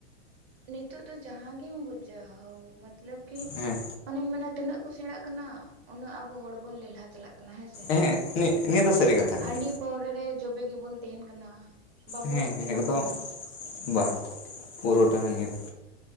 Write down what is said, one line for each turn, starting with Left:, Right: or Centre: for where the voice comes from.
Right: ᱱᱤᱛᱚᱜ ᱫᱚ ᱡᱟᱸᱦᱟᱸ ᱜᱤᱢ ᱵᱩᱡ ᱦᱳᱣ ᱢᱟᱛᱞᱚᱵ ᱠᱤ
Left: ᱦᱮᱸ
Right: ᱚᱱᱮᱧ ᱢᱮᱱᱟ ᱛᱤᱱᱟᱹᱜ ᱠᱚ ᱥᱮᱬᱟᱜ ᱠᱟᱱᱟ ᱩᱱᱟᱹᱜ ᱟᱵᱚ ᱦᱚᱲ ᱵᱚᱱ ᱞᱮᱞᱦᱟ ᱪᱟᱞᱟᱜ ᱠᱟᱱᱟ ᱦᱮᱸᱥᱮ᱾
Left: ᱮᱦᱮᱜ ᱱᱤ ᱱᱤᱭᱟᱹ ᱫᱚ ᱥᱟᱹᱨᱤ ᱠᱟᱛᱷᱟ ᱠᱟᱱᱟ᱾
Right: ᱦᱟᱺᱰᱤ ᱯᱟᱹᱣᱨᱟᱹ ᱨᱮ ᱡᱚᱵᱮ ᱜᱮᱵᱚᱱ ᱛᱟᱦᱮᱱ ᱠᱟᱱᱟ ᱵᱟᱵᱚᱱ
Left: ᱦᱮᱸ
Right: ᱮᱵᱮᱱᱚᱜ
Left: ᱮᱠᱫᱚᱢ
Right: ᱠᱟᱱᱟ ᱾
Left: ᱵᱟᱝ ᱯᱩᱨᱟᱹᱴᱟ ᱱᱤᱭᱟᱹ ᱫᱚ